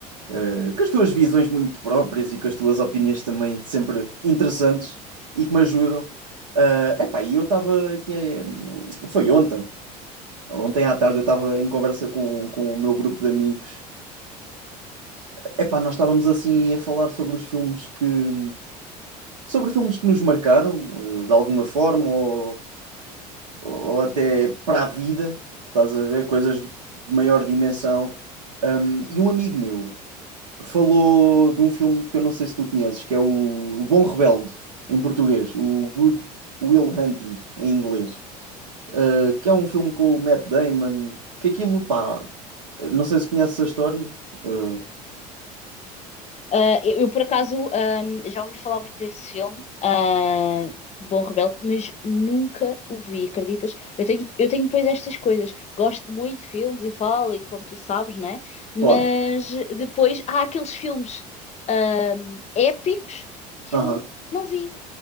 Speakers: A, on the right; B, on the left.
A: eh, com as tuas visões muito próprias e com as tuas opiniões também sempre interessantes e que me ajudam. É epá, e eu estava aqui, eh, foi ontem. Ontem à tarde eu estava em conversa com, com o meu grupo de amigos. Epá, nós estávamos assim a falar sobre os filmes que, sobre filmes que nos marcaram, eh, de alguma forma, ou, ou até para a vida, estás a ver? Coisas de maior dimensão. E um amigo meu falou de um filme que eu não sei se tu conheces, que é o, o Bom Rebelde, em português, o Good Will Hunting, em inglês, eh, que é um filme com o Matt Damon, que aquilo, pá, eh, não sei se conheces a história. eh,
B: Ah, eu, eu, por acaso, ahm, já ouvi falar muito desse filme, ah, Bom Rebelde, mas nunca o vi, acreditas? Eu tenho, eu tenho depois estas coisas. Gosto muito de filmes e falo, e como tu sabes, né? Mas
A: claro.
B: depois há aqueles filmes, ahm, épicos que
A: Aham.
B: eu não vi.